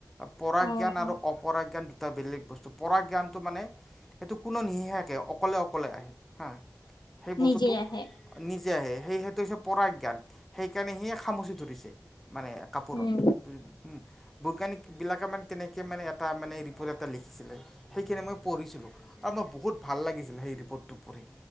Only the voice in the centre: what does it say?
পৰাজ্ঞান
আৰু অপৰাজ্ঞান দু এটা বেলেগ বস্তু পঢ়া জ্ঞানটো মানে সেইটো কোনো নিহাকে অকলে অকলে আহে হা। সেই বস্তুতটো
নিজে আহে সেই সেইটো হৈছে পৰা জ্ঞান সেইকাৰণে সিয়ে খামুচি ধৰিছে মানে। কাপোৰত
বুজ বৈজ্ঞানিকবিলাকে মানে তেনেকৈ মানে এটা মানে ৰিপৰ্ট এটা লিখিছিলে সেইখিনি মই পঢ়িছিলো আৰু মই বহুত ভাল লাগিছিলে সেই ৰিপৰ্টটো পঢ়ি।